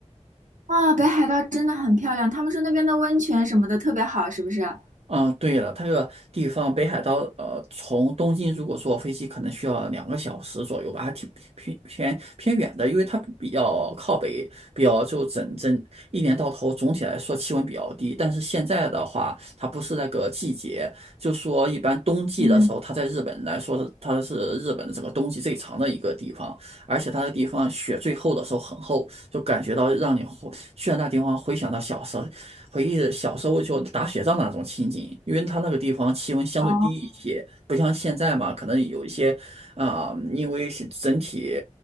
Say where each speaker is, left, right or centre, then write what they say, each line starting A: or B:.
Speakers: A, on the right; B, on the right.
A: 啊，北海道真的很漂亮，他们说那边的温泉什么的特别好，是不是？
B: 嗯，对了，它这个地方北海道，呃，从东京如果坐飞机，可能需要两个小时左右吧，还挺偏偏偏远的，因为它比较靠北，比较就整整一年到头，总体来说气温比较低。但是现在的话，它不是那个季节，就说一般冬季的时候，
A: 嗯，
B: 它在日本来说，它是日本的整个冬季最长的一个地方，而且它的地方雪最厚的时候很厚，就感觉到让你回去了那地方，回想到小时候。回忆小时候就打雪仗那种情景，因为它那个地方气温相对低一些，
A: 哦，
B: 不像现在嘛，可能有一些啊、因为是整体